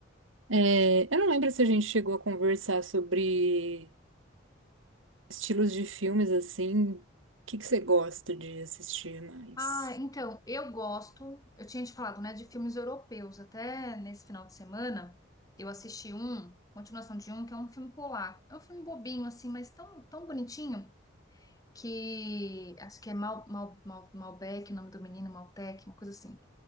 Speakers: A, on the right; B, on the left.
A: É, eu não lembro se a gente chegou a conversar sobre estilos de filmes assim. O que que você gosta de assistir mais?
B: Ah, então, eu gosto, eu tinha te falado, né, de filmes europeus, até nesse final de semana, eu assisti um, continuação de um, que é um filme polaco, é um filme bobinho, assim, mas tão, tão bonitinho, que, acho que é Mal, Mal, Mal, Malbec, o nome do menino, Maltec, uma coisa assim,